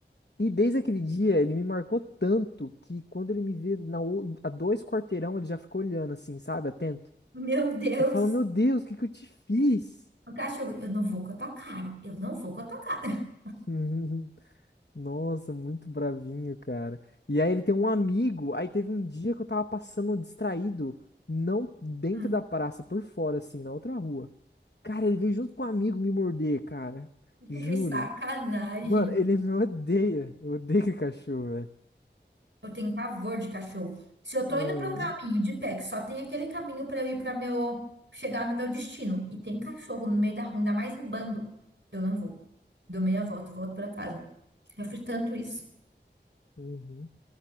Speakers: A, on the left (about 65°); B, on the right (about 75°).
A: E desde aquele dia ele me marcou tanto que quando ele me vê na, o- a dois quarteirão ele já ficou olhando assim, sabe? Atento.
B: meu Deus.
A: Eu falo, meu Deus, o que que eu te fiz?
B: O cachorro, eu não vou com a tua cara. Eu não vou com a tua cara. <laughs>
A: <laughs> Uhum. Nossa, muito bravinho, cara. E aí ele tem um amigo. Aí teve um dia que eu tava passando distraído, não dentro
B: Hum,
A: da praça, por fora, assim, na outra rua. Cara, ele veio junto com um amigo me morder, cara. Juro.
B: Que sacanagem.
A: Mano, ele me odeia. Eu odeio aquele cachorro, velho.
B: Eu tenho pavor de cachorro. Se eu tô
A: É.
B: indo pra um caminho de pé, que só tem aquele caminho pra eu ir para meu chegar no meu destino e tem cachorro no meio da rua, ainda mais em bando, eu não vou. Dou meia volta, volto pra casa. Eu fiz tanto isso.
A: Uhum.